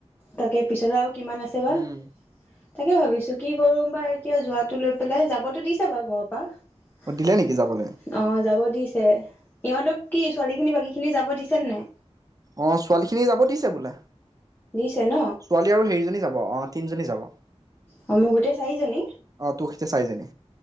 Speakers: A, on the left; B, on the right.
A: তাকে পিছলৈ আৰু কিমান আছে বা।
B: উম।
A: তাকে ভাবিছো কি কৰোম বা এতিয়া যোৱাটো লৈ পেলাই যাবতো দিছে বাৰু ঘৰৰ পৰা
B: অ দিলে নেকি যাবলৈ?
A: অহ যাব দিছে, ইহঁতক কি ছোৱালী খিনি বাকী খিনি যাব দিছে নে নাই?
B: অ', ছোৱালী খিনি যাব দিছে বোলে।
A: দিছে ন
B: ছোৱালী আৰু সেইজনী যাব অ তিনজনী যাব
A: অহ মোৰ গোটেই চাৰিজনী,
B: অ তোৰ সৈতে চাৰিজনী